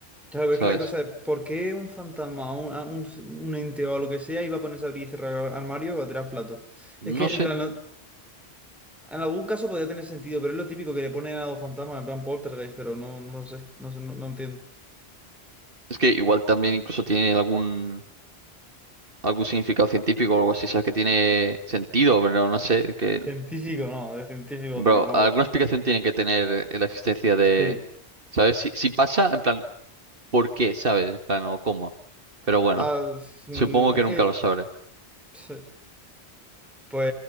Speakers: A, in the centre; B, on the right.
A: claro, pero
B: ¿sabes?
A: es que la cosa es, ¿por qué un fantasma, un, a- un, un ente o lo que sea iba a ponerse a abrir y cerrar armario o a tirar platos? Es que,
B: No
A: en
B: sé.
A: plan, no- en algún caso podría tener sentido, pero es lo típico que le ponen a los fantasmas, en plan poltergeist, pero no, no lo sé, no sé, no, no entiendo.
B: Es que igual también incluso tiene algún, algún significado científico o algo así, ¿sabes? Que tiene sentido, pero no sé, que,
A: Científico, no, de científico
B: bro,
A: tiene poco.
B: alguna explicación tiene que tener la existencia de,
A: Sí.
B: ¿sabes? Si, si pasa, en plan. por qué, ¿sabes? bueno, cómo. Pero bueno,
A: Ah, mm,
B: supongo que
A: es
B: nunca
A: que...
B: lo sabré.
A: sí. Pues